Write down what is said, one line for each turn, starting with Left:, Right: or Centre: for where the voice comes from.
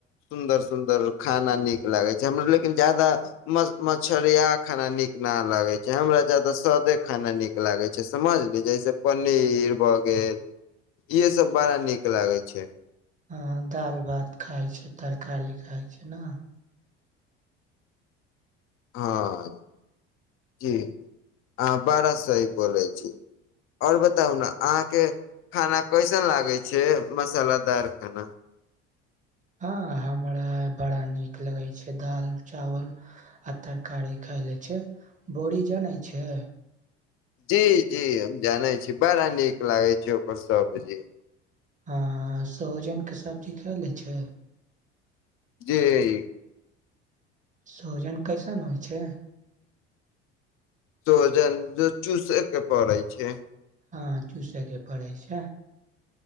Left: सुन्दर सुन्दर खाना नीक लागैत छै हमरा लेकिन जादा म मछरिया खाना नीक न लागे छै हमरा जदा सादे खाना निक लागे छै समझली जैसे पनीर ब गेल इहे सब बड़ा नीक लागे छै
Right: अहा दालि भात खाइत छै तरकारी खाइत छै ने
Left: हँ जी अह बारा सही बोलै छी आओर बताउ ने अहाँके खाना कैसन लागे छै मसालादार खाना
Right: हँ हमरा बड़ा नीक लगै छै दाल चावल आ तरकारी खाय ले छै बोरी जानै छै
Left: जी जी हम जाने छी बड़ा नीक लागे छै ओकर सबजी
Right: हँ सोहजनके सब्जी खलै छै
Left: जी
Right: सोहजन कैसन होइ छै
Left: सहजन त चूसे के पड़ै छै
Right: हँ चूसैके पड़ैत छै